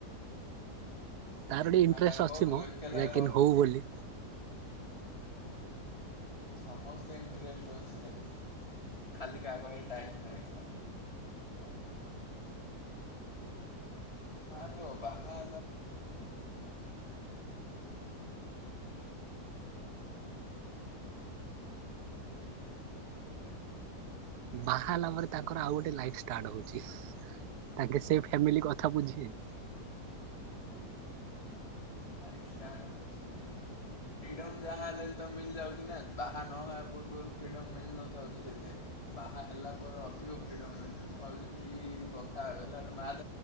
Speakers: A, on the right; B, on the left.
A: ତାର ଗୋଟେ ଇଣ୍ଟରେଷ୍ଟ
B: ଆଉ ତାକୁ
A: ଅଛି
B: କହ ତୁ
A: ମ
B: ଏକେଲା
A: <unintelligible>
B: କର
A: ହୋଉ ବୋଲି।
B: ସମସ୍ତେ ଇଣ୍ଟରେଷ୍ଟ ଏଥିରେ ଖାଲି କାହା ପାଖରେ ଟାଇମ୍ ନାହିଁ ହେଲା। !!!!!!!!!!
A: ବାହାହେଲା ପରେ ତାଙ୍କର ଆଉ ଗୋଟେ ଲାଇଫି ଷ୍ଟାର୍ଟ ହୋଉଚି ତାଙ୍କେ ସେ ଫ୍ୟାମିଲି କଥା ବୁଝିବେ।
B: ଲାଇଫିଷ୍ଟାଟ ହେଉଚି ଫ୍ରିଡମ୍ ଯାହା ହେଲେ ତ ମିଳିଯାଉଚି ନା ବାହା ନହବା ପୂର୍ବରୁ ଫ୍ରିଡମ୍ ମିଳିନଥାଉଚି ଯେତେ ବାହା ହେଲା ପରେ ଅଧିକ ଫ୍ରିଡମ୍ ମିଳୁଚି। ମୁଁ ଭାବୁଚି ଫ୍ରି ହେଇକି କଥା <unintelligible>